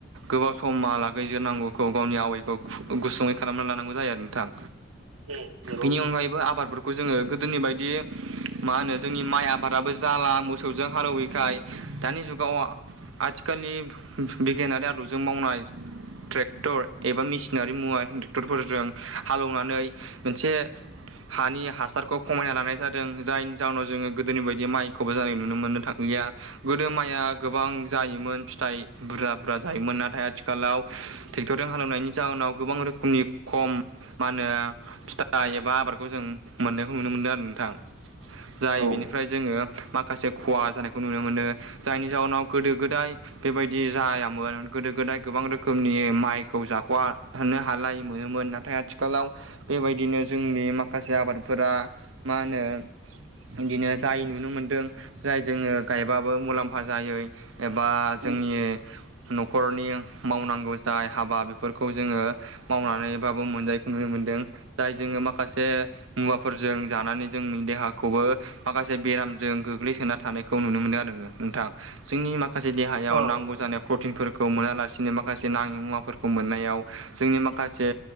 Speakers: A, on the right (about 70°); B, on the right (about 85°).
A: गोबाव समा लागैजोरनांगौखौ गावनि आवायखौ गुसुङै खालामना लानांगौ जायो आरो नोंथां
B: उम नंगौ
A: बेनि अनगायैबो आबादफोरखौ जोङो गोदोनि बायदि मा होनो जोंनि माइ आबादाबो जों जाला मोसौजों हालौवैखाय दानि जुगाव आथिखालनि बिगियानारि आदबजों मावनाय ट्रेक्टर एबा मेसिनारि मुवा ट्रेक्टरफोरजों हालेवनानै मोनसे हानि हासारखौ खमायना लानाय जादों जायनि जाउनाव जोङो गोदोनि बायदि माइखौबो जानाय नुनो मोनलिया गोदो माइया गोबां जायोमोन फिथाइ बुरजा बुरजा जायोमोन नाथाय आथिखालाव ट्रेक्टरजों हालेवनायनि जाउनाव गोबां रोखोमनि खम मा होनो फिथाइ एबा आबादखौ जों मोननायखौ नुनो मोनदों आरो नोंथां जाय
B: औ
A: बिनिफ्राय जोङो माखासे खहा जानायखौ नुनो मोनो। जायनि जाउनाव गोदो गोदाय बेबायदि जायामोन गोदो गोदाय गोबां रोखोमनि माइखौ जाख'वा होननो हालाय मोनोमोन नाथाय आथिखालाव बेबायदिनो जोंनि माखासे आबादफोरा मा होनो बिदिनो जाय नुनो मोन्दों जाय जोङो गायबाबो मुलाम्फा जाय एबा जोंनि
B: उम अ उम
A: न'खरनि मावनांगौ जाय हाबा बेफोरखौ जोङो मावनानैबाबो मोनजायो नुनो मोनदों जाय जोङो माखासे मुवाफोरजों जानानै जोंनि देहाखौबो माखासे बेरामजों गोग्लैसोना थानायखौ नुनो मोनो आरो नोंथां। जोंनि माखा माखासे देहायाव
B: औ नंगौ
A: नांगौ जानाय प्रटिनफोर खौ मोनालासिनो माखासे नाङि मुवाफोरखौ मोननायाव जोंनि माखासे